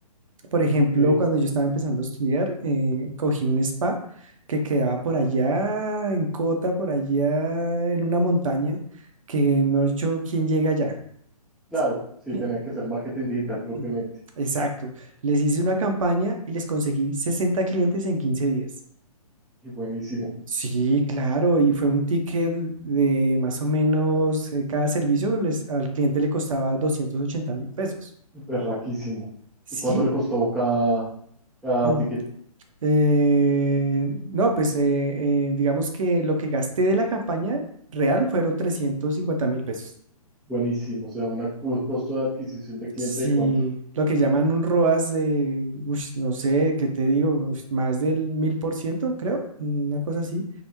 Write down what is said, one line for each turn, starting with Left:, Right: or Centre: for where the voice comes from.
Right: Por ejemplo,
Centre: ok.
Right: cuando yo estaba empezando a estudiar, eh, cogí un spa que quedaba por allá, en Cota, por allá, en una montaña, que, mejor dicho, ¿quién llega allá?
Centre: Claro,
Right: ¿Cierto?
Centre: sí,
Right: ¿Sí?
Centre: tenía que ser marketing digital propiamente.
Right: Mm. Exacto. Les hice una campaña y les conseguí 60 clientes en 15 días.
Centre: Y buenísimo,
Right: Sí, claro, y fue un ticket de más o menos eh, cada servicio les- al cliente le costaba doscientos ochenta mil pesos.
Centre: berraquísimo.
Right: Sí,
Centre: ¿Y cuánto le costó cada, cada
Right: <clears throat>
Centre: ticket?
Right: Eh, no, pues eh, eh, digamos que lo que gasté de la campaña real fueron trescientos cincuenta mil pesos.
Centre: Buenísimo, o sea, un costo de adquisición de cliente
Right: Sí,
Centre: de cuánto.
Right: lo que llaman un ROAS de, ush, no sé, ¿qué te digo? Ush, más del mil por ciento, creo, una cosa así.